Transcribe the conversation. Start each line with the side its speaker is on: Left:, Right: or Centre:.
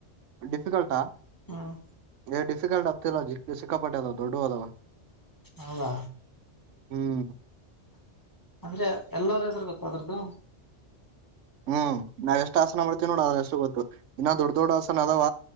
Right: ಡಿಫಿಕಲ್ಟಾ
Left: ಹಾಂ
Right: ಏ ಡಿಫಿಕಲ್ಟ್ ಆಗ್ತಿಲ್ಲ ಸಿಕ್ಕಾಪಟ್ಟ ಅದ್ ದೊಡ್ಡ ಅದವ
Left: ಹೌದ
Right: ಹ್ಮ್
Left: ಅಂದ್ರೆ ಎಲ್ಲರ ಹೆಸರು ಗೊತ್ತ ಅದ್ರದ್ದು
Right: ಹ್ಮ್ ನಾವ್ ಎಷ್ಟ್ ಆಸನ ಮಾಡ್ತೀವಿ ನೋಡ ಅ್ರ ಎಷ್ಟು ಗೊತ್ತು ಇನ್ನ ದೊಡ್ ದೊಡ್ ಆಸನ ಅದಾವ